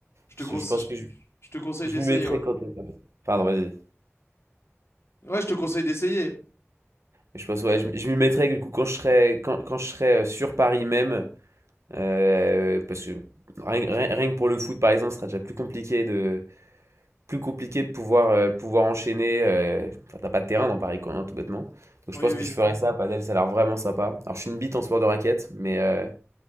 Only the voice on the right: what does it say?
Je,
je pense
que je,
je
m'y mettrai
quand. euh, Pardon, vas-y.
Je pense, ouais, je, m- je m'y mettrai du coup quand je serai, quand, quand je serai euh, sur Paris même. euh, parce que rien, rien- rien que pour le foot, par exemple, ce sera déjà plus compliqué de, plus compliqué de pouvoir, euh, pouvoir enchaîner. euh, Enfin, t'as pas de terrain dans Paris, quoi, hein, tout bêtement. Donc
je pense
que je ferais ça, padel, ça a l'air vraiment sympa. Alors je suis une bite en sport de raquette, mais... euh,